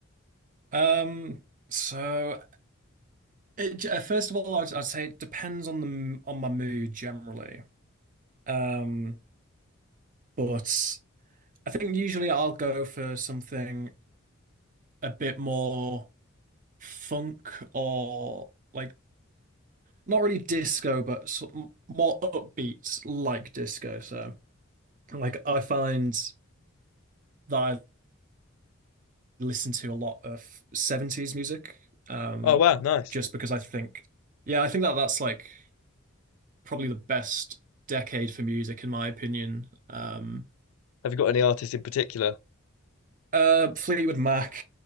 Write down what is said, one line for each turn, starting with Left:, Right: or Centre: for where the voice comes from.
Right: Um, so it, j- uh, first of all, I'd, I'd say it depends on the m- on my mood generally. Um, but I think usually I'll go for something a bit more funk or like not really disco, but sort of more upbeat like disco. So like I find that I listen to a lot of 70s music, um,
Left: Oh wow, nice.
Right: just because I think, yeah, I think that that's like probably the best decade for music in my opinion. Um,
Left: Have you got any artists in particular?
Right: Uh, Fleetwood Mac.